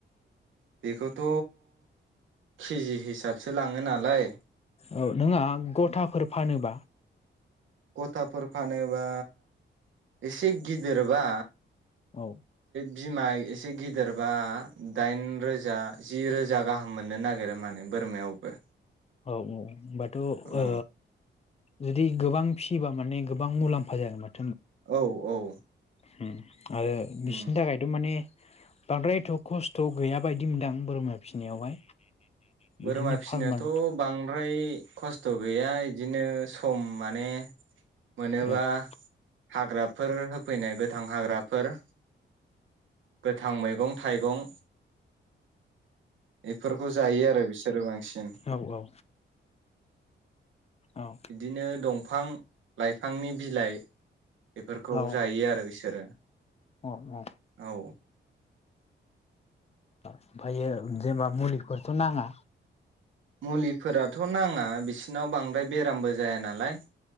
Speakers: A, on the right; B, on the left.
A: बेखौथ' केजि हिसाबसो लाङो नालाय
B: औ नोंआ गथाफोर फानोबा?
A: गथाफोर फानोबा एसे गि दिरबा
B: औ
A: बिमा एसे गिदिरबा दाइन रोजा जि रोजा गाहाम मोननो नागिरो माने बोरमायावबो।
B: औ औ होनबाथ' ओ
A: औ
B: जुदि गोबां फिसियोबा माने गोबां मुलाम्फा जागोन माथो।
A: औ औ
B: हुम आरो बिसिनि
A: उम
B: थाखायथ' माने बांद्राय एथ' खस्थ' गैय बायदि मोनदां बोरमा फिसिनायावहाय। बिदिनो
A: बोरमा फिसिनायाथ'
B: फार्म बानो
A: बां ओमफ्राय खस्थ' गैया बिदिनो सम माने मोनोबा
B: औ
A: हाग्राफोर होफैनाय गोथां हाग्राफोर गोथां मैगं थाइगं बेफोरखौ जायो आरो बिसोरो बांसिन
B: औ औ औ
A: बिदिनो दंफां लाइफांनि बिलाइ बेफोरखौ
B: औ
A: जायो आरो बिसोरो
B: औ
A: औ
B: ओमफ्रायो जेनेबा मुलिफोरखौथ' नाङा
A: मुलिफोराथ' नाङा बिसिनाव बांद्राय बेरामबो जाया नालाय